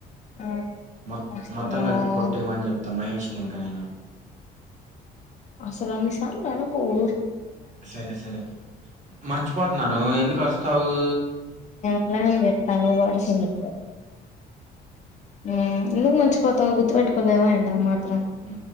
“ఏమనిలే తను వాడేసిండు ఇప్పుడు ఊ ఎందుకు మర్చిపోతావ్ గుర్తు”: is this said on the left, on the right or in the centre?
Left